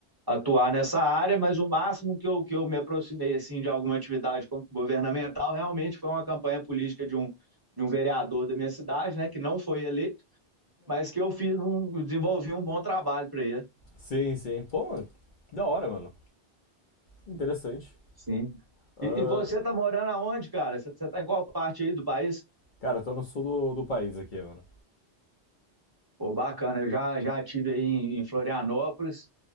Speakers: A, on the right (about 20°); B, on the left (about 50°).
A: atuar nessa área, mas o máximo que eu, que eu me aproximei assim de alguma atividade governamental realmente foi uma campanha política de um, de um vereador da minha cidade, né? Que não foi eleito, mas que eu fiz um, desenvolvi um bom trabalho para ele.
B: sim, sim. Pô, que da hora, mano. Interessante.
A: Sim.
B: Ah,
A: E, e você tá morando aonde, cara? Você você tá em qual parte aí do país?
B: cara, tô no sul do, do país aqui, mano.
A: Pô, bacana. Eu já, já tive aí em, em Florianópolis